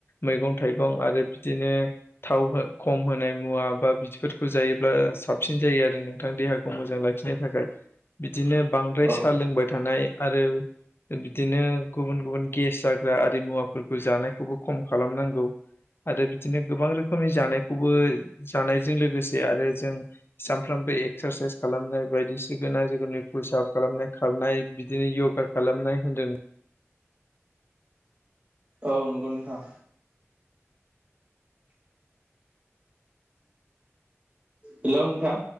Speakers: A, on the left (about 50°); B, on the right (about 25°).
A: मैगं थाइ गं आरो बिदिनो थाव हो खम होनाय मुवा बा बिदिफोरखौ जायोब्ला साबसिन जायो आरो नोंथां देहाखौ मोजां लाखिनो थाखाय बिदिनो बांद्राय
B: औ
A: साहा लोंबाय थानाय आरो बिदिनो गुबुन गुबुन गेस जाग्रा आरि मुवाफोरखौ जानायखौबो खम खालामनांगौ आरो बिदिनो गोबां रोखोमनि जानाय खौबो जानायजों लोगोसे आरो जों सानफ्रामबो एक्सारसाइस खालामनाय बायदिसिगोन ना जिखुनु फुस आप खालामनाय खारनाय बिदिनो युगा खालामनाय होनदों
B: औ नंगौ नोंथां हेलौ नोंथां